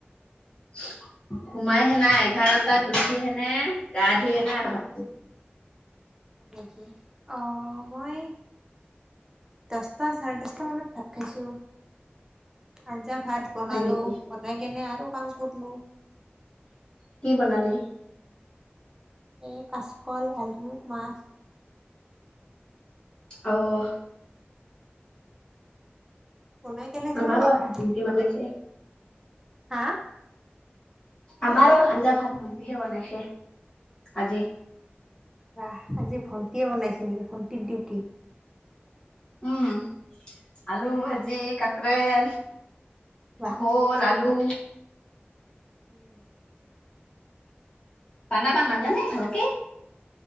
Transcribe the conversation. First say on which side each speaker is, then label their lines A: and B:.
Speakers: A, on the left (about 25°); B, on the right (about 15°).
A: সোমাই সেনা এঘাৰটাত উঠি সেনে গা ধুই কিনে আৰু ভ
B: হয় নেকি অ মই দশটা চাৰে দশটা মানত ভাত খাইছো এতিয়া ভাত বনালো
A: হয় নেকি
B: বনাই কেনে আৰু কাম কৰলো।
A: কি বনালি
B: এই কাচকল আলু মাছ।
A: আহ
B: বনাই কেনে
A: আমাৰো
B: থলো আৰু
A: ভন্টি বনাইছে
B: হা
A: আমাৰো আঞ্জা হাত ভণ্টিহে বনাইছে আজি
B: বাহ আজি ভণ্টিয়ে বনাইছে নেকি ভণ্টিত দিউটি
A: উম আলু ভাজি কাকৰেল
B: বাহ
A: ভল আলু
B: উম
A: বানাবা নাজানে ভালকে